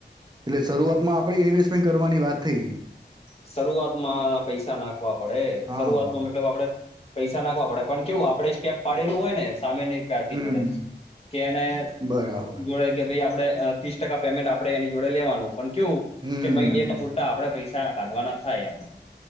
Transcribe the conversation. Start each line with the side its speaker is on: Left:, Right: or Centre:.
Right: એટલે શરૂઆતમાં આપણે ઇન્વેસ્ટમેન્ટ કરવાની વાત થઈ.
Left: શરૂઆત માં પૈસા નાખવા પડે,
Right: હા
Left: શરૂઆતમાં મતલબ આપડે પૈસા નાખવા પડે, પણ કેવું આપડે સ્ટેપ પાડેલું હોય ને સામેને પાર્ટી
Right: હમ
Left: જોડે, કે એને
Right: બરાબર
Left: જોડે કે ભઈ આપ પડે તીસ ટકા પેમેન્ટ આપણે એની જોડે લેવાનું, પણ કેવું
Right: હમ
Left: કે મહિને એમને પૂરતા આપણે પૈસ સા કાઢવાના થાય એમ.